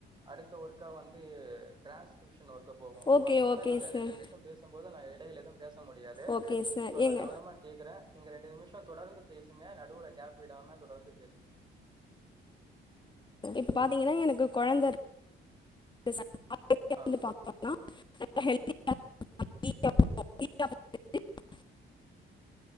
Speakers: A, on the right; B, on the left.
A: அடுத்து ஒர்கா வந்து ட்ரான்ஸ்கிரிப் இன்னோருக்க போவோ சோ
B: ஓகே
A: அதனால
B: ஓகே
A: நீங்க
B: சார்
A: ரெண்டு நிமிஷம் பேசும்போது நா ஏ எலேலதம் பேச முடியாது
B: ஓகே சார்
A: சோ நா
B: ஏங்க
A: கவனமா கேட்கற நீங்க ரெண்டு நிமிசோ தொடர்ந்து பேஸ் நடுவுல கேப் விடாம தொடர்ந்து பேசுங்க
B: இப்ப பாத்தீங்கன்னா எனக்கு குழந்தக் டேஸ் அ <unintelligible>
A: ஆ
B: பாப்பனா அ ஹெல்பிங் <unintelligible>